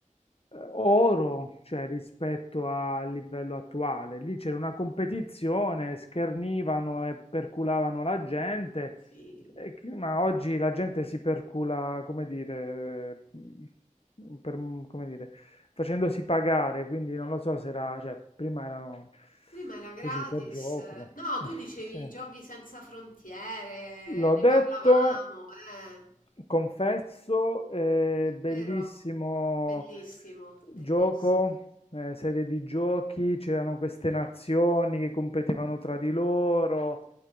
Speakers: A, on the left; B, on the left.
A: oro, cioè rispetto al livello attuale. Lì c'era una competizione, schernivano e perculavano la gente,
B: Sì.
A: e chi- ma oggi la gente si percula, come dire, mm, per- mm, come dire, facendosi pagare, quindi non lo so se era, cioè prima erano
B: Prima era gratis.
A: così per gioco.
B: No, tu
A: <laughs>
B: dicevi
A: Sì.
B: giochi senza frontiere,
A: L'ho
B: ne parlavamo,
A: detto.
B: eh.
A: Confesso, eh, bellissimo
B: Vero? Bellissimo, bellissimo.
A: gioco, eh, serie di giochi, c'erano queste nazioni che competevano tra di loro,